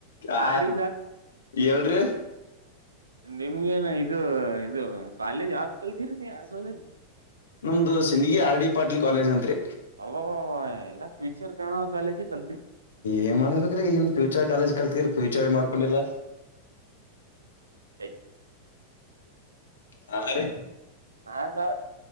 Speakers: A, on the left; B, on the right.
A: ಆ
B: ಹಾ ರೀ
A: ಎಲ್ರೀ
B: ನಿಮ್ಗೇನ ಇದು ಇದು ಕಾಲೇಜ್ ಆದತ್ ಕಲ್ತೀರಿ ನೀ ಕಾಲೇಜ್
A: ನಮ್ದು Sindagi R D Patil college ಅಂತ್ರಿ
B: ಅಲ್ವ ಎಲ್ಲಾ ಫ್ಯೂಚರ್ ಕಾಣೋ ಕಾಲೇಜಲ್
A: ಏನ್ ಮಾಡಬೇಕ್ರಿ ಇನ್ ಫ್ಯೂಚರ್ ಕಾಲೇಜ್ ಕಲ್ತ್ರ ಫ್ಯೂಚರ್ ಮಾಡ್ಕೊಂಡಿಲ್ಲ
B: ಥಾಂಕ್ ಯು
A: ಹಾ ರೀ
B: ಹಾ ಸ